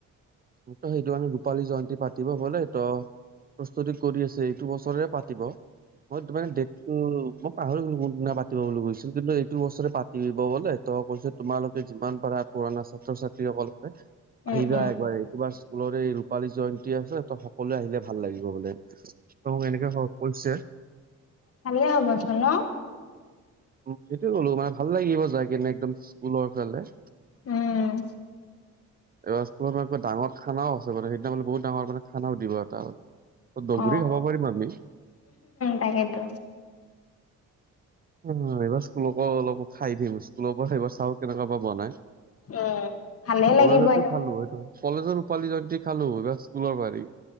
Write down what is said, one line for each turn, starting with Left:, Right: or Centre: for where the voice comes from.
Right: মোক তো সেইটো কাৰণে ৰূপালী জয়ন্তী পাতিব বোলে তো প্ৰস্তুতি কৰি আছে, এইটো বছৰে পাতিব। মই এইটো মানে <unintelligible> মই পাহৰি গ'লো কোনদিনা পাতিব বুলি কৈছিল। কিন্তু এইটো বছৰে পাতিব বোলে। তো কৈছে তোমালোকে যিমান পাৰা পুৰণা ছাত্ৰ-ছাত্ৰীসকলকে
Left: উম
Right: আহিবা
Left: উম
Right: একবাৰ এই তোমাৰ স্কুলৰ এই ৰূপালী জয়ন্তী আছে, তো সকলোৱে আহিলে ভাল লাগিব বোলে। অ এনেকে হ'ব কৈছে।
Left: কালিয়ে হ'বচোন ন?
Right: উম সেইটোৱে ক'লো মানে ভাল লাগিব যাই কিনে একদম স্কুলৰ ফালে।
Left: উম
Right: এইবাৰ স্কুলত মানে কিবা ডাঙৰ খানাও আছে মানে, সেইদিনাখন বহুত ডাঙৰ মানে খানা দিব এটা দগৰি
Left: অ
Right: খাব পাৰিম আমি।
Left: তাকেতো
Right: অ এইবাৰ স্কুলৰপৰাও অলপো খাই দিম। স্কুলৰ পৰা সেইবাৰ চাওঁ কেনেকুৱা বা বনায়।
Left: উম ভালে লাগিব
Right: কলেজতো
Left: এনেও
Right: খালো সেইটো। কলেজৰ ৰূপালী জয়ন্তী খালোঁ, এইবাৰ স্কুলৰ বাৰি।